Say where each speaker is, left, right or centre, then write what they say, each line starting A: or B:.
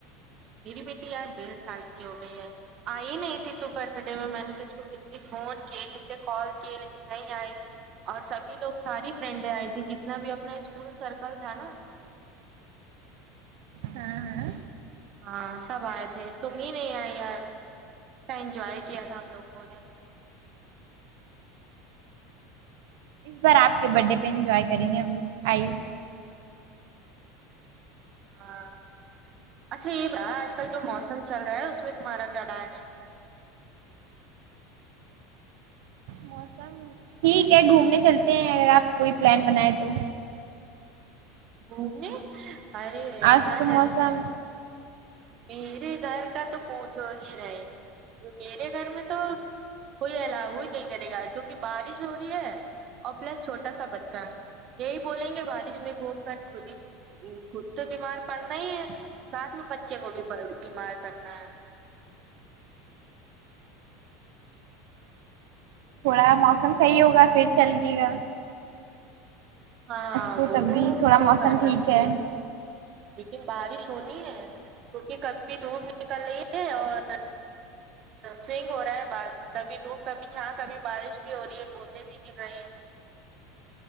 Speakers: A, on the right; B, on the right.
A: میری بیٹی یار ڈیڑھ سال کی ہو گئی ہے آئی نہیں تھی تو برتھ ڈے میں میں نے ترےکو کتنی فون کیے کتنے کال کیے لیکن نہیں آئی اور سبھی لوگ ساری فرینڈیں آئی تھی جتنا بھی اپنا اسکول سرکل تھا نا
B: ہاں ہاں
A: ہاں سب آئے تھے تم ہی نہیں آئے یار ا انجوائے کیا تھا ہم لوگوں نے
B: اس بار آپ کے برتھ ڈے پہ انجوائے کریں گے ہم لوگ آئیے
A: ہاں اچھا یہ آج کل جو موسم چل رہا ہے اس میں تمہارا کیا <unintelligible> ہے
B: موسم ٹھیک ہے گھومنے چلتے ہیں اگر آپ کوئی پلان بنائیں تو
A: گھومنے ارے یار
B: آج تو موسم
A: میرے گھر کا تو پوچھو ہی نہیں میرے گھر میں تو کوئی ایلاو ہی نہیں کرے گا کیونکہ بارش ہو رہی ہے اور پلس چھوٹا سا بچہ یہی بولیں گے بارش میں گھوم کر خود ہی خود تو بیمار پڑنا ہی ہے ساتھ میں بچے کو بھی بیمار کرنا ہے
B: تھوڑا موسم صحیح ہوگا پھر چلیے گے
A: ہاں
B: تو
A: وہ
B: تب بھی تھوڑا
A: تو
B: موسم
A: کر
B: ٹھیک
A: سکتی
B: ہے
A: ہوں لیکن بارش ہونی ہے کیونکہ کبھی بھی دھوپ نکل رہی ہے اور سوئنگ ہو رہا ہے ب کبھی دھوپ کبھی چھا کبھی بارش بھی ہو رہی ہے بوندیں بھی گر رہے ہیں